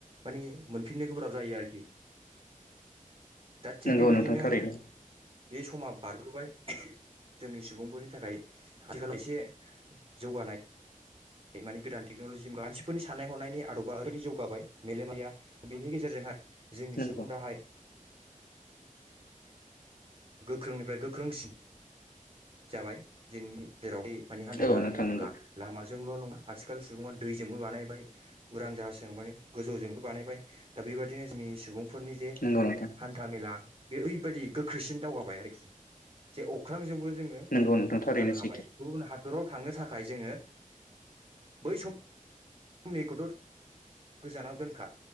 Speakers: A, on the right; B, on the left.
A: माने मोनफिननो गोब्राब जायो आरोखि दा थिग
B: नंगौ
A: बेबादिनो
B: नोंथां थारैनो
A: बे समा बारबोबाय। जोंनि सुबुंफोरनि थाखाय आथिखाल एसे जौगानाय मानि गोदान टेक्न'लजि मानसिफोरनि साननाय- हनायनि आदबा ओरैबायाददि जौगाबाय मेलेमाया बेनि गेजेरजोंहाय जोंनि
B: नंगौ
A: सुबुं दाहाय गोख्रोंनिफ्राय गोख्रोंसिन जाबाय दिनैनि जेरावहाय माने <unintelligible>
B: औ नोंथां
A: बुङोब्ला
B: नंगौ
A: लामाजोंल' नङा आथिखाल सुबुङा दैजोंबो बानायबाय उरां जाहाजों माने गोजौजोंबो बानायबाय दा बेबायदिनो जों सुबुंफोरनि जे
B: नंगौ नोंथां
A: हान्था -मेला बे ओरैबायदि गोख्रैसिन दावगाबाय आरोखि जे अख्रांजोंबो जोङो
B: नंगौ नोंथां थारैनो
A: थांनो हाबाय
B: सैथो
A: गुबुन <unintelligible> <unintelligible> थांनो थाखाय जोङो बै सम जोंनिखौथ' गोजानाव दोनखा